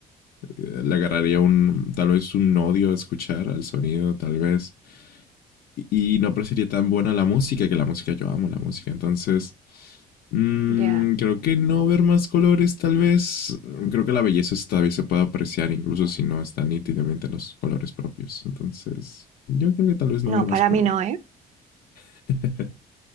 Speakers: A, on the left; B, on the right.
A: eh, le agarraría un, tal vez un odio a escuchar al sonido, tal vez. Y y no parecería tan buena la música, que la música yo amo la música, entonces Mm,
B: Ya.
A: creo que no ver más colores, tal vez. Creo que la belleza todavía se puede apreciar, incluso si no están nítidamente los colores propios. Entonces, yo creo que tal vez no
B: No,
A: ver más
B: para
A: color.
B: mí no, ¿eh?
A: <laughs>